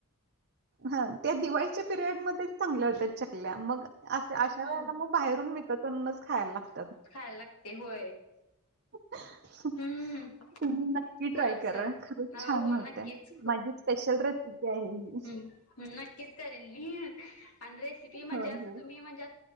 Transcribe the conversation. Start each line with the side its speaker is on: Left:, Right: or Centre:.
Right: हा. त्या दिवाळीच्या पिरियडमध्येध्येच चांगल्या होत्या मग अशा
Left: हम्म
Right: वेळेला मग बाहेरून विकतच खायला लागत
Left: खायला लागते. होय.
Right: <unintelligible>
Left: हम्म
Right: तुम्ही नक्की
Left: खरंच
Right: ट्राय करा. खरच
Left: हो
Right: छान
Left: हो
Right: होत्या.
Left: नक्कीच
Right: माझी स्पेशल रेसिपी आहे हि
Left: हम् नक्कीच करेन मी. आणि रेसिपी म्हणजे
Right: होय,
Left: असं
Right: होय.
Left: तुम्ही म्हणजे